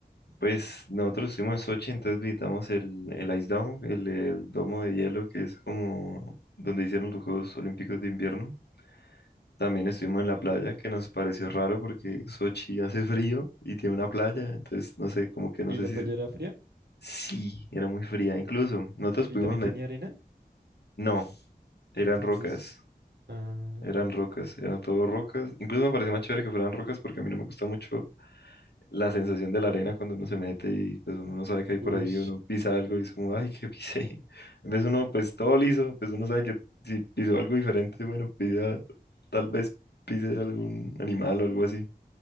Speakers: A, on the left; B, on the right.
A: Pues nosotros estuvimos en Sochi, entonces visitamos el, el Ice Dome, el, el domo de hielo que es como donde hicieron los Juegos Olímpicos de invierno. También estuvimos en la playa, que nos pareció raro porque Sochi hace <laughs> frío y tiene una playa, entonces no sé, como que
B: ¿Y
A: no sé
B: la
A: si...
B: playa era fría?
A: Sí, era muy fría incluso. Nosotros
B: ¿Y
A: pudimos
B: también
A: met-
B: tenía arena?
A: No, eran
B: Entonces,
A: rocas,
B: ah,
A: eran rocas, eran todo rocas. Incluso me pareció más chévere que fueran rocas porque a mí no me gusta mucho la sensación de la arena cuando uno se mete y pues uno no sabe que hay por
B: uy,
A: ahí, uno pisa algo y es como, ay, ¿qué pisé? <laughs> En vez uno, pues todo liso, pues uno sabe que si pisó algo diferente, bueno, pida, tal vez pise algún animal o algo así,